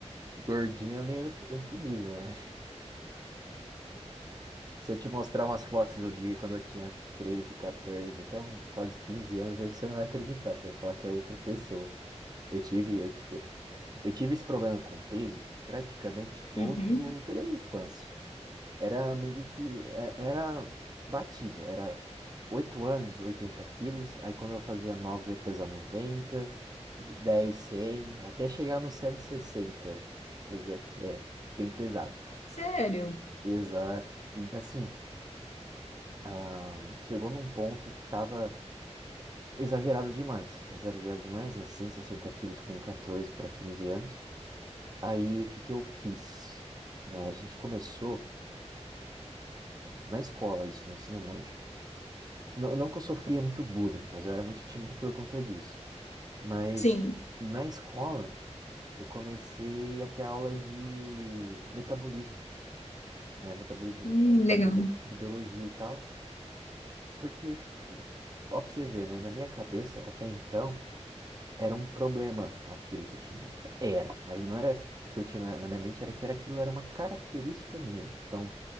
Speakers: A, on the right; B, on the left.
A: Gordinho é meio euf- eufemismo, né? <laughs> Se eu te mostrar umas fotos do dia quando eu tinha 13, 14, até um- quase 15 anos, acho que você não vai acreditar. Você vai falar que é outra pessoa. Eu tive, eu, ti- eu tive esse problema com peso praticamente todo,
B: Uhum.
A: toda a minha infância. Era meio que. Era, era batido. Era 8 anos, 80 quilos. Aí quando eu fazia 9 ia pesar 90, 10, 100, até chegar no 160. Exato. É, bem pesado.
B: Sério?
A: Exato. E assim, ah, chegou num ponto que tava exagerado demais. Exagerado demais, né? cento e sessenta quilos com 14 para 15 anos. Aí o que que eu fiz? Né, a gente começou na escola, isso, no ensino médio. Não, não que eu sofria muito bullying, mas eu era muito tímido por conta disso. Mas
B: Sim.
A: na escola, eu comecei a ter aula de metabolismo, né? Metabolismo
B: Hum,
A: era parte
B: legal.
A: de bi- de biologia e tal. Porque, ó, pra você ver, né? Na minha cabeça, até então, era um problema aquilo que eu tinha. Era, mas não era o que eu tinha na, na minha mente, era que era aquilo era uma característica minha. Então,